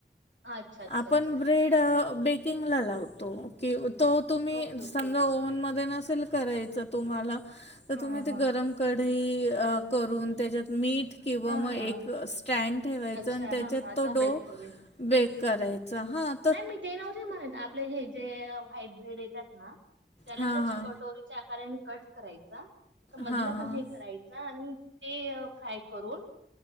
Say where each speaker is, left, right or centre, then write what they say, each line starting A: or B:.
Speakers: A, on the right; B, on the left.
A: अच्छा, अच्छा,
B: आपण
A: अच्छा.
B: ब्रेड बेकिंग ला लावतो कि तो तुम्ही
A: ओके, ओके,
B: समजा
A: ओके,
B: ओव्हन
A: ओके.
B: मध्ये नसेल करायचं तुम्हाला तर
A: हां,
B: तुम्ही
A: हां,
B: ते
A: हां.
B: गरम कढई करून त्याच्यात मीठ किंवा
A: हां,
B: मग
A: हां,
B: एक
A: हां.
B: स्टँड ठेवायच
A: अच्छा.
B: आणि त्याच्यात
A: हां, हां.
B: तो डो
A: बेक करून.
B: बेक करायचा, हा
A: नाही मी ते नव्हती आपले हे जे व्हाईट ब्रेड येतात ना त्याला
B: हां
A: जस्ट
B: हां
A: कटोरीच्या आकाराने कट करायचा त मधला
B: हां हां
A: पण हे करायचा आणि ते अ फ्राय करून